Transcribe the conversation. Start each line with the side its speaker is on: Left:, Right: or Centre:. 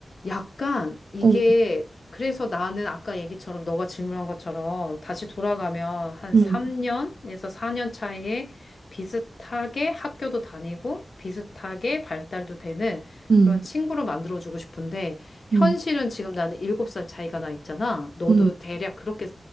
Left: 약간 이게
Right: 어,
Left: 그래서 나는 아까 얘기처럼 너가 질문한 것처럼 다시 돌아가면 한
Right: 응,
Left: 3년에서 4년 차이에 비슷하게 학교도 다니고 비슷하게 발달도 되는
Right: 응,
Left: 그런 친구로 만들어주고 싶은데 현실은
Right: 응,
Left: 지금 나는 7살 차이가 나 있잖아. 너도
Right: 응,
Left: 대략 그렇게